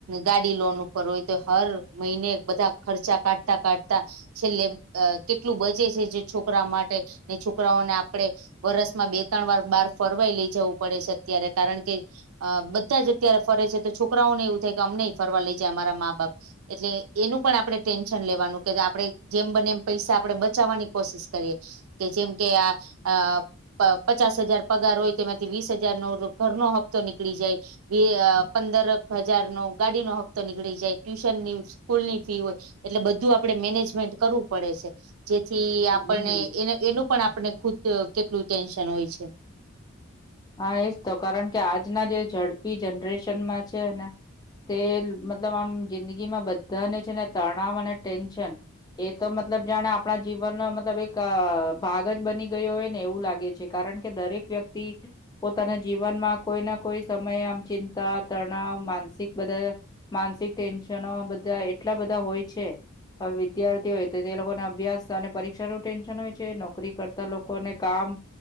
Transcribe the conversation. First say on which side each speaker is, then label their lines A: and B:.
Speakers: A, on the right; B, on the left.
A: ગાડી લોન ઉપર હોય તો હર મહિને બધા ખર્ચા કાઢતા કાઢતા. છેલ્લે કેટલું બચે છે જે છોકરા માટે ને છોકરાઓને આપડે. વરસમાં બે ત્રણ વાર બાર ફરવાઈ લઈ જવું પડે છે અત્યારે કારણ કે. અ બધા જ અત્યારે ફરે છે તો છોકરાઓને એવું થાય કે અમને ફરવા લઈ જાય અમારા મા બાપ. એટલે એનું પણ આપડે ટેન્શન લેવાનું કે આપડે. જેમ બને એમ પૈસા આપણેે બચાવવાની કોશિશ કરીએ કે જેમ કે આ આ. અ પચાસ હજાર પગાર હોય તેમાંથી વીસ હજાર નો ઘરનો હપ્તો નીકળી જાય. એ પંદર હજાર નો ગાડીનો હપ્તો નીકળી જાય ટ્યુશનની સ્કૂલ ની ફી હોય. એટલે બધું આપણે મેનેજમેન્ટ કરવું પડે છે જેથી
B: હમ
A: આપને એ એનું પણ આપણે. ખુદ કેટલું ટેન્શન હોય છે.
B: હા એજ તો કારણ કે આજના જે ઝડપી જનરેશનમાં છેને. તે મતલબ આમ જિંદગીમાં બધાને છે ને તણાવ અને ટેન્શન. એ તો મતલબ જાણે આપણા જીવનનો મતલબ એક ભાગ જ બની ગયો હોય ને એવું લાગે છે. કારણ કે દરેક વ્યક્તિ. પોતાના જીવનમાં કોઈ ના કોઈ સમયે આમ ચિંતા તણાવ માનસિક બધા. માનસિક ટેન્શનો બધા એટલા બધા હોય છે. હવે વિદ્યાર્થી હોય તો તે લોકોના અભ્યાસ અને પરીક્ષાનું ટેન્શન હોય છે નોકરી કરતા લોકોને કામ.